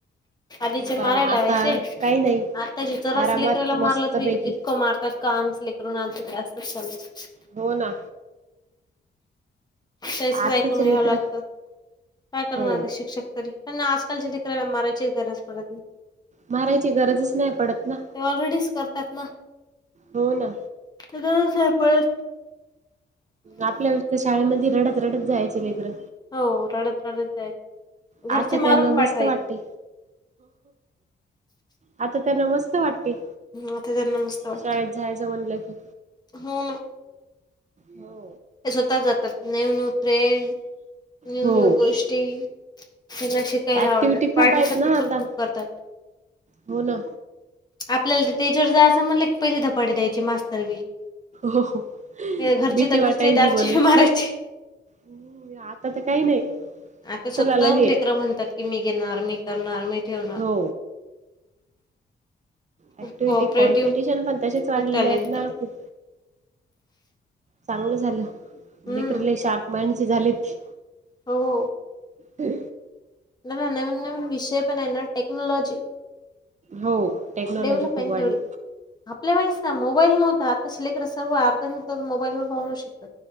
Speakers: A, on the left; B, on the right.
A: आधीचे
B: मग काय
A: मारायलावायचे
B: आता काही
A: त्या
B: नाही
A: जरा अस
B: आरामात
A: लेकराला
B: मस्तपैकी
A: मारलं तरी इतकं मारतात का आम स लेकरून आ असं चालत
B: हो ना
A: तहीच
B: आताच
A: ऐकून घ्यावं
B: लेकर
A: लागतं काय करणार
B: हो
A: ते शिक्षक तरी पण आजकालच्या दिकराला माराची गरज पडत नाही
B: मारायची गरजच नाही पडत ना
A: ते ऑलरेडीच करतात ना
B: हो ना
A: ते तरच परत
B: आपल्या वेळे तर शाळेमध्ये रडत रडत जायचे लेकर्रं
A: हो रडत रडत जायच घरचे
B: आता
A: मारून
B: त्यांना मस्त
A: पाठवायचे
B: वाटते आता त्यांना मस्त वाटते
A: आता त्यांना मस्त वाटते.
B: शाळेत जायचं म्हणलं की
A: हो ना
B: हो
A: ते स्वतः जातात new new friend new
B: हो
A: new गोष्ट त्यांना श यला
B: ऍक्टिव्हटी
A: आवडतात
B: खूप
A: पार्टिसिपेट
B: आहेत ना आता
A: पण खूप करतात
B: हो ना
A: आपल्याला तर त्याच्यावर जा असं म्हणलं पहिली धपाटी द्यायचे मास्तर बी
B: हो
A: घरचे
B: भीती
A: तर
B: वाटायली
A: घरचे दारचे
B: म्हणू
A: बी मारायचे.
B: हम् आता तर काही नाही
A: आता स्वतः
B: चला लगे
A: लेकर म्हणतात की मी घेणार मी करणार मी ठेवणार
B: हो ऍक्टिव्हिटी
A: खूप कोऑपरेटिव्ह
B: कॉम्पिटिशन पण तसेच वाढलेले
A: खूप टॅलेंटेड
B: आहेत ना खूप चांगलं झालं
A: हम्म
B: लेकर ल शार्प माइंड झालेत
A: हो
B: ह
A: न न मन न विषय पण आहे ना टेक्नॉलाॉजी
B: हो टेक्नॉलॉजी
A: डेव्हलपन
B: खूप वाढली
A: तेवडी आपल्या वेळेस ना मोबाईल नव्हता शिलेक सर् अर्ध नव्हता तर मोबाईल व वावू शकात